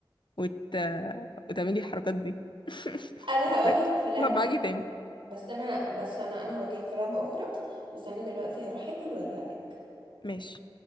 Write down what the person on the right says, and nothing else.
انا
هواجهك
في لعبة
بس انا بس انا انا هواجهك في لعبة اخرى بس انا دلوقتي هروح اكل وارجع لك